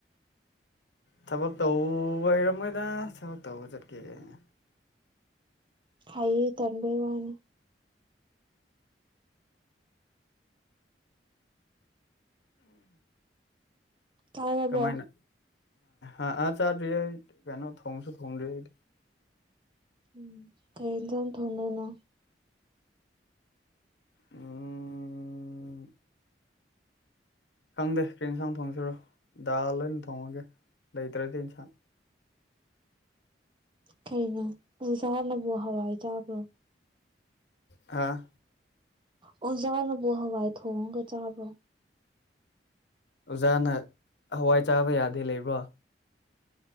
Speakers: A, on the left; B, on the right.
A: ꯊꯕꯛ ꯇꯧꯕ ꯍꯔꯝꯃꯣꯏꯗ ꯊꯕꯛ ꯇꯧꯕ ꯆꯠꯀꯦꯩꯅ
B: ꯍꯥꯏꯌꯦ ꯇꯔꯕꯩ ꯋꯥꯅꯤ ꯆꯥꯔꯕꯣ
A: ꯀꯃꯥꯏꯅ ꯑ ꯑꯥ ꯆꯥꯗ꯭ꯔꯤ ꯑꯩ ꯀꯩꯅꯣ ꯊꯣꯡꯁꯨ ꯊꯣꯡꯗ꯭ꯔꯤ ꯑꯩꯗꯤ
B: ꯎꯝ ꯀꯩꯖꯝ ꯊꯣꯡꯅꯨꯅꯣ
A: ꯎꯥ ꯈꯪꯗꯦ ꯀꯔꯤ ꯏꯟꯁꯥꯡ ꯊꯣꯡꯁꯤꯔꯣ ꯗꯥꯜꯣꯏ ꯑꯣꯏꯅ ꯊꯣꯡꯉꯒꯦ ꯂꯩꯇ꯭ꯔꯗꯤ ꯌꯦꯟꯁꯥꯡ
B: ꯀꯅꯣ ꯑꯣꯖꯥꯅꯕꯣ ꯍꯋꯥꯏ ꯇꯥꯕ꯭ꯔꯣ
A: ꯍꯥꯥ
B: ꯑꯣꯖꯥꯔꯕꯣ ꯍꯋꯥꯏ ꯊꯣꯡꯒ ꯆꯥꯕꯣ
A: ꯑꯣꯖꯥꯅ ꯍꯋꯥꯏ ꯆꯥꯕ ꯌꯥꯗꯦ ꯂꯩꯕ꯭ꯔꯣ